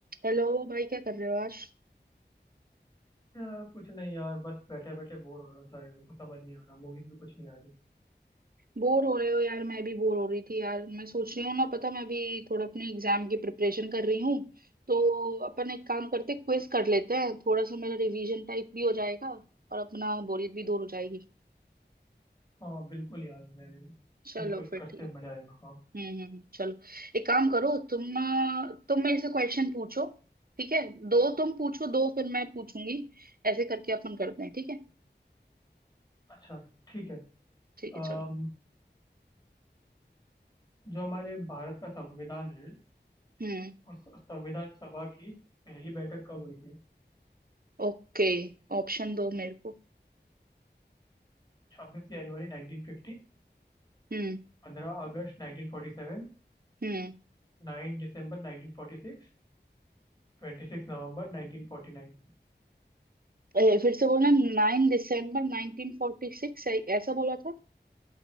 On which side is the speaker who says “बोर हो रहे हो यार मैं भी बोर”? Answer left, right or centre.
Right